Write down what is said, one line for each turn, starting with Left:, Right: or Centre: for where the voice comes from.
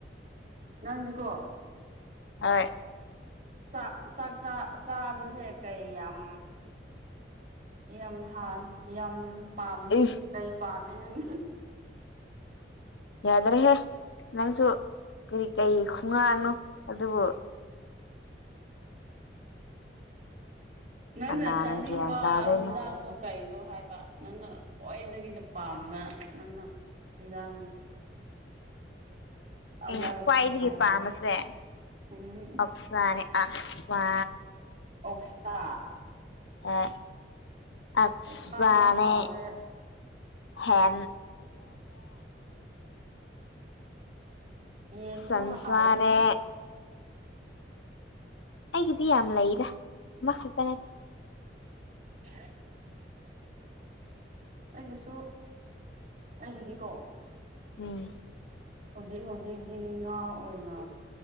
Right: ꯅꯪꯗꯤꯀꯣ
Left: ꯍ
Right: ꯆꯥꯛ ꯆꯥꯛ ꯆꯥꯕꯁꯦ ꯀꯩ ꯌꯥꯝ ꯌꯥꯝ ꯍꯥꯥꯟ ꯌꯥꯝ ꯄꯥꯝ
Left: ꯏꯁ
Right: ꯀꯩ ꯄꯥꯝꯃꯦ ꯅꯪ
Left: ꯌꯥꯗ꯭ꯔꯦꯍꯦ ꯅꯪꯁꯨ ꯀꯔꯤ ꯀꯔꯤ ꯈꯣꯡꯉꯥꯡꯅꯣ ꯑꯗꯨꯕꯨ
Right: ꯅꯪ
Left: ꯀꯅꯥꯅ
Right: ꯅꯪ ꯆꯥꯅꯤꯡꯕꯖꯥꯡ
Left: ꯒ꯭ꯌꯥꯟ ꯇꯥꯗꯣꯏꯅꯣ
Right: ꯑ ꯀꯩꯅꯣ ꯍꯥꯏꯕ ꯅꯪꯅ ꯈ꯭ꯋꯥꯏꯗꯒꯤꯅ ꯄꯥꯝꯕ ꯅꯪꯅ ꯏꯟꯖꯥꯡꯗꯣ ꯑꯃꯔꯛꯇꯤ
Left: ꯑꯩ ꯈ꯭ꯋꯥꯏꯗꯒꯤ
Right: ꯍꯥꯏꯌꯨ
Left: ꯄꯥꯝꯕꯁꯦ
Right: ꯎꯝ
Left: ꯑꯛꯁꯥꯅꯦ ꯑꯛꯁꯥ
Right: ꯑꯣꯛꯁꯥ
Left: ꯑ ꯑꯐꯅꯦꯦ
Right: ꯑꯣꯛꯁꯥꯁꯨ ꯍꯥꯎꯋꯦ
Left: ꯍ
Right: ꯌꯦꯟꯁꯨ
Left: ꯁꯟꯁꯥꯅꯦ
Right: ꯍꯥꯎꯋꯦ
Left: ꯑꯩꯒꯤꯗꯤ ꯌꯥꯝ ꯂꯩꯗ ꯃꯥ ꯈꯛꯇ ꯅꯠꯇꯦ
Right: <unintelligible> ꯑꯩꯒꯤꯁꯨ ꯑꯩꯒꯤꯗꯤꯀꯣ
Left: ꯎꯝ
Right: ꯍꯧꯖꯤꯛ ꯍꯧꯖꯤꯛꯤ ꯉꯥ ꯑꯣꯏꯅ